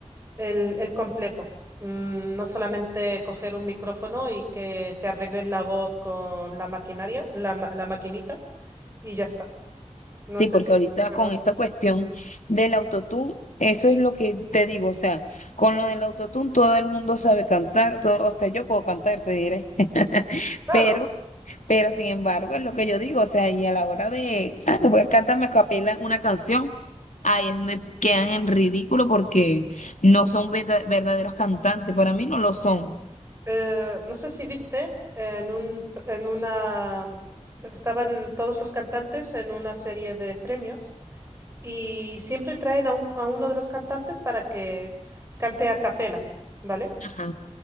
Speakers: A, on the right (about 20°); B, on the left (about 80°).
A: El, el completo. Mm, No solamente coger un micrófono y que te arreglen la voz con la maquinaria, la, ma- la maquinita, y ya está. No
B: Sí,
A: sé
B: porque
A: si
B: ahorita
A: te acuerdas.
B: con esta cuestión del autotune, eso es lo que te digo, o sea, con lo del autotune todo el mundo sabe cantar, todo- hasta yo puedo cantar, te diré. <laughs>
A: Claro,
B: Pero Pero sin embargo, es lo que yo digo, o sea, y a la hora de, ah, voy a cantarme a capela una canción, ahí es donde quedan en ridículo porque no son verda- verdaderos cantantes, para mí no lo son.
A: eh, no sé si viste en un, en una, estaban todos los cantantes en una serie de premios y siempre traen a, un- a uno de los cantantes para que cante a capela, ¿vale?
B: Ajá.